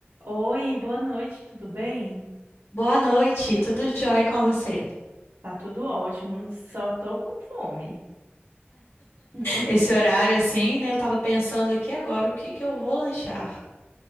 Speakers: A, on the right; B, on the left.
A: Oi, boa noite, tudo bem?
B: Boa noite, tudo jóia com você?
A: Tá tudo ótimo, só tô com fome. <laughs>
B: Esse horário assim, né? Eu tava pensando aqui agora o que que eu vou lanchar.